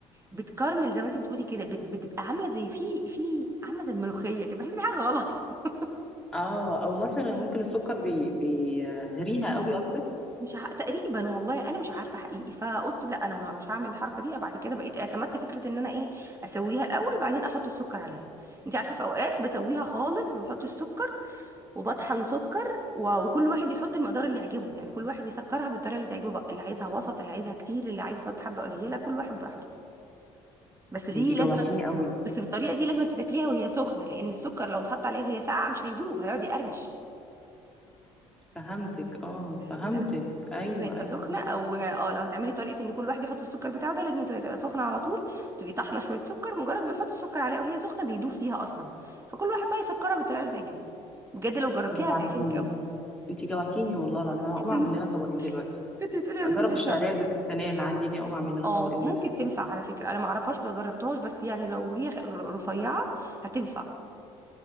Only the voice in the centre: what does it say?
اه او مثلا ممكن السكر بي بيهريها قوي قصدك
انتي
جوعتيني قوي
فهمتك اه
فهمتك
ايوه
ايوه
صح
جوعتيني
انتي جوعتيني والله العظيم انا
هقوم اعمل لنا طبقين دلوقتي
اجرب
الشعريه الباكستانيه اللي عندي دي اقوم اعمل لنا
طبقين
منها